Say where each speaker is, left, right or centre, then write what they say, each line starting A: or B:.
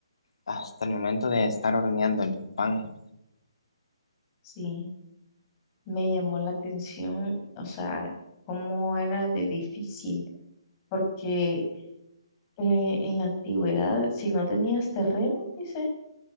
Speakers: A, on the left; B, on the left.
A: hasta el momento de estar horneando el pan
B: Sí, me llamó la atención, o sea, cómo era de difícil, porque eh, en la antigüedad, si no tenías terreno, dice,